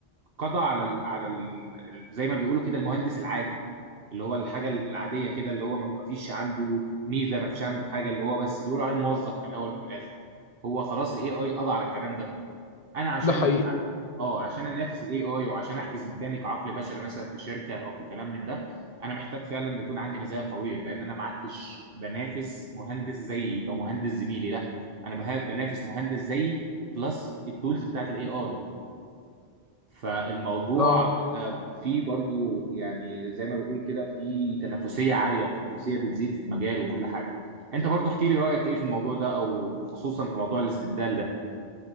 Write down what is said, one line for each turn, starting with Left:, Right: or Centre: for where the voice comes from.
Right: قضى على ال على ال زي ما بيقولوا كده المهندس العادي اللي هو الحاجه العاديه كده اللي هو ما فيش عنده ميزه ما فيش عنده حاجه اللي هو بس بيقولوا عليه موظف في الاول وفي الاخر هو خلاص الاي اي قضى على الكلام ده انا عشان
Left: ده حقيقي
Right: اه عشان انافس الاي اي وعشان احجز مكاني كعقل بشري مثلا في شركه او في كلام من ده انا محتاج فعلا إن يكون عندي مزايا قويه لان انا ما عدتش بنافس مهندس زيي او مهندس زميلي لا انا بها- بنافس مهندس زيي بلس التولز بتاعت الاي اي فالموضوع
Left: اه
Right: آه، فيه برضو يعني زي ما بيقول كده في تنافسيه عاليه التنافسيه بتزيد في المجال وكل حاجه انت برضو احكي لي رايك ايه في الموضوع ده او خصوصا في موضوع الاستبدال ده